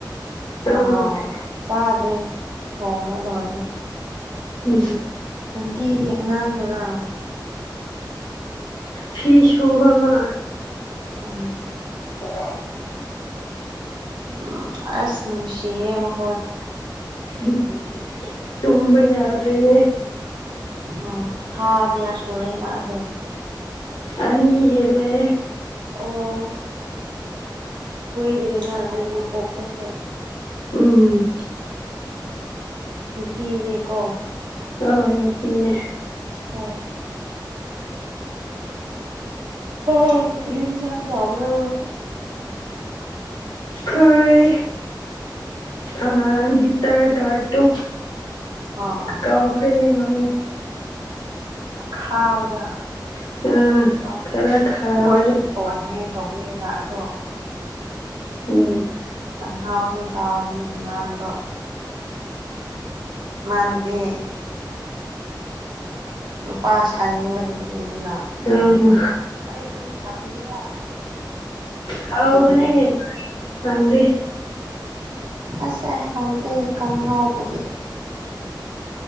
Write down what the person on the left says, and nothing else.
ꯑꯥ
ꯎ
ꯐꯤꯁꯨꯨꯕ ꯑꯃ
ꯑꯣ
<unintelligible> ꯇꯨꯝꯕ ꯌꯥꯗꯅꯦ
ꯑꯅꯤ ꯍꯦꯂꯦ
ꯎꯝ
ꯑ ꯅꯨꯄꯤꯅꯦ
ꯈꯔꯤ ꯑ ꯕꯤꯇꯔ ꯀꯥꯔꯣ
ꯀꯥꯎꯈ꯭ꯔꯦꯅꯦ ꯃꯃꯤꯡ
ꯑꯥ
ꯈꯔ ꯈꯥꯕꯗꯣ
ꯎꯝ
ꯎꯝ
ꯑ
ꯍꯥꯎꯕꯅꯦ
ꯈꯪꯗꯦ